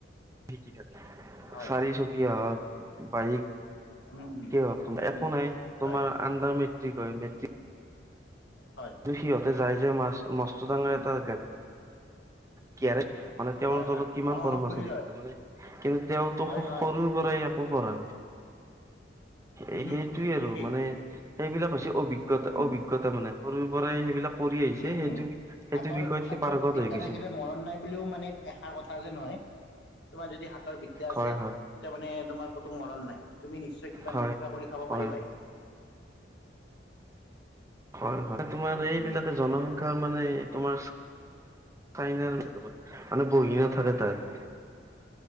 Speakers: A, on the right; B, on the left.
A: শিকি থাকে
B: হয়
A: চাৰি চকীয়া হওঁক, বাইক।
B: উম উম
A: কি হওঁক তোমাৰ
B: উম
A: একো
B: উম
A: নাই
B: হয়
A: তোমাৰ আণ্ডাৰ মেট্ৰিক হয় মেট্ৰিক
B: হয়
A: সিহঁতে যায় যে মা মস্ত ডাঙৰ
B: উম
A: এটাৰে মানে তেওঁৰ
B: হয়
A: তলত
B: হয়
A: কিমান
B: অঁ
A: কৰ্মচাৰী
B: অঁ খুলি লয়
A: তাৰ মানে কিন্তু তেওঁতো
B: হয় হয়
A: সৰুৰ পৰাই একো পঢ়া নাই।
B: উমহু
A: এ সেইটোয়ে আৰু
B: ঠিকেই
A: মানে এইেইবিলাক হৈছে অভিজ্ঞতা
B: উম
A: অভিজ্ঞ সৰুৰ পৰাই সেইবিলাক
B: উম,
A: সেইটো
B: উম
A: সেইটো
B: হাতৰ,
A: বিষয়ত
B: হাতৰ
A: সি পাৰ্গত
B: বিদ্যা
A: হৈ গৈছে
B: থাকিলে
A: মানে তাৰমানে
B: মৰণ নাই বুলিও মানে এষাৰ কথা যে নহয়। তোমাৰ যদি হাতৰ বিদ্যা আছে
A: হয় হয়
B: তেতিয়া মানে তোমাৰ কোনতো মৰণ নাই। তুমি নিশ্চয় কিবা
A: হয়
B: নহয় কিবা কৰি খাব
A: হয়
B: পাৰিবাই।
A: হয় হয় তোমাৰ এইবিলাকে
B: উম
A: জনসংখ্যাৰ মানে তোমাৰ চাইনাৰ মানে তোমাৰ মানে বহি নাথাকে তাত।